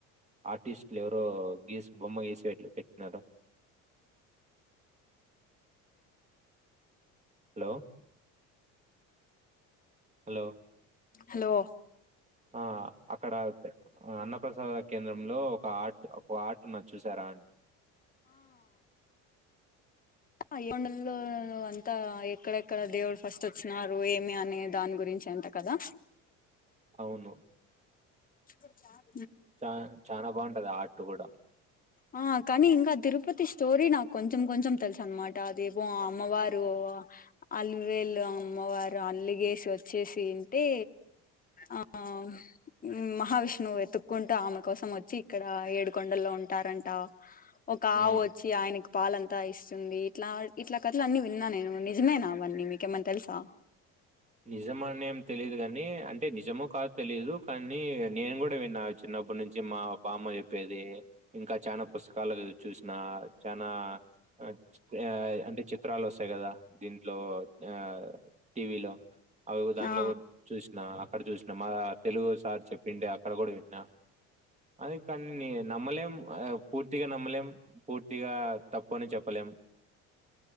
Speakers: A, on the right (about 20°); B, on the left (about 25°).
A: ఆర్టిస్ట్లు ఎవరో, గీసి బొమ్మ గీసి పెట్ పెట్టినారు. హలో హలో
B: హలో
A: ఆ అక్కడ అన్నప్రసాద కేంద్రంలో, ఒక ఆర్ట్ ఒక ఆర్ట్ ఉన్నాది చూసారా అండి.
B: అయోండల్లో అంతా ఎక్కడెక్కడ దేవుడు ఫస్ట్ వచ్చినారు ఏమి అనే దాని గురించి అంత కదా.
A: అవును
B: ఇ ఆర్ట్
A: చాన చనా బాగుంటది ఆ ఆర్ట్ కూడా
B: ఆ కానీ ఇంకా తిరుపతి స్టోరీ నాకు కొంచెం కొంచెం తెలుసు అనమాట అదేమో ఆ అమ్మవారు అల్వేలు అమ్మవారు అల్లిగేసి వచ్చేసింటే ఆ మ్మ్ మహావిష్ణువు వెతుక్కుంటూ ఆమె కోసం వచ్చి ఇక్కడ ఏడుకొండల్లో ఉంటారంట ఒక
A: ఉమ్
B: ఆవు వచ్చి ఆయనకు పాలంతా ఇస్తుంది ఇట్లా ఇట్లా కథలు అన్నీ విన్నా నేను నిజమేనా అవన్నీ మీకేమన్నా తెలుసా
A: నిజమనేం తెలీదుగా ని అంటే నిజమో కాదు తెలీదు కానీ నేను కూడా విన్నా <inaudible> చిన్నప్పుడు నుంచి మా బామ్మ చెప్పేది ఇంకా చానా పుస్తకాల్లో చూస్ నా చానా <unintelligible> అంటే చిత్రాలు వస్తాయి కదా దీంట్లో ఆ టీవీలో అవి దానిలో
B: ఆ
A: చూసినా అక్కడ చూసిన మా తెలుగు సార్ చెప్పింటే అక్కడ కూడా విన్నా అది కాని నమ్మలేం పూర్తిగా నమ్మలేం పూర్తిగా తప్పు <unintelligible> కొని చెప్పలేం